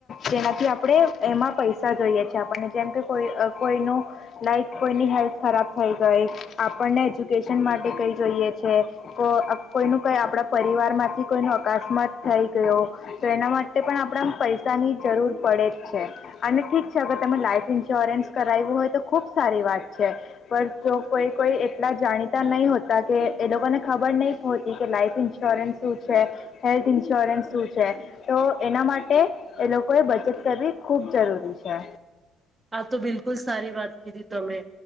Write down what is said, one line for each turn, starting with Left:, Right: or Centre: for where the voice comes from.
Left: જેનાથી આપણે એમાં પૈસા જોઈએ છેીએ આપણને જેમ કે કોઈ કોઈનું લાઈક કોઈની હેલ્થ ખરાબ થઈ ગઈ આપણને એજ્યુકેશન માટે કઈ જોઈએ છે કોઈનું કઈ આપણા પરિવારમાંથી કોઈનો અકાસ્માત થઈ ગયો તો એના માટે પણ આપણા પૈસાની જરૂર પડે જ છે અને ઠીક છે અગર તમે લાઈફ ઇન્સ્યોરન્સ કરાવું હોય તો ખુ ખૂબ સારી વાત છે પણ જો કોઈ કોઈ એટલા જાણીતા નહીં હોતા કે એ લોકોને ખબર નહી હોતી કે લાઈઇફ ન્શ્યોરન્સ સુું છે હેલ્થ ઇશ્યોરન્સ શું છે તો એના માટે એ લોકોએ બચત કરવી ખૂબ જરૂરી છે
Right: આ તો બિલકુલ સારી વાત કીધી તમે